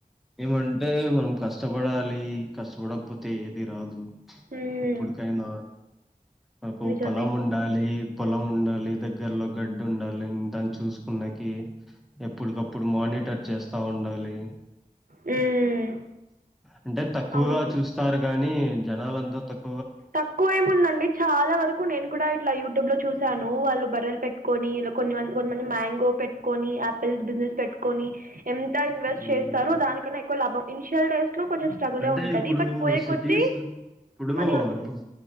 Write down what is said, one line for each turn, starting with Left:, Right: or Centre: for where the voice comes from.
Centre: ఏమంటే అంటే మనం కష్టపడాలి కష్టపడకపోతే ఏది రాదు
Right: హ్మ్.
Centre: ఎప్పుటికైనా నాకు
Right: నిజమే.
Centre: పొలం ఉండాలి పొలం ఉండాలి దగ్గరలో గడ్డి ఉండాలి దాన్ని చూసుకున్నాకి ఎప్పుటికప్పుడు మార్నింగ్ మీటర్ చేస్తా ఉండాలి
Right: హ్మ్.
Centre: అంటే తక్కువగా
Right: అవును.
Centre: చూస్తారు కాని జనాలంతా తక్కువ
Right: తక్కువ ఏముందండి చాలా వరకు నేను కూడా ఇట్లా యూట్యూబ్ లో చూసాను వాళ్ళు బర్రలు పెట్టు కొని ఇ కొన్ని మంది కొంతమంది మ్యాంగో పెట్టుకొని ఆపిల్ బిజినెస్ పెట్టుకొని ఎంత ఇన్వెస్ట్
Centre: హ్మ్.
Right: చేస్తారునికన్నా ఎక్కువ లాభం ఇనిషియల్ డేస్ అట్లో కొంచెం స్ట్రగుల్
Centre: అంటే
Right: ఉంటది
Centre: ఇప్పుడు
Right: బట్ పోయే
Centre: సిటీస్
Right: కొద్ది
Centre: ఇప్పుడు
Right: మనీ వస్తు
Centre: ఇప్పుడు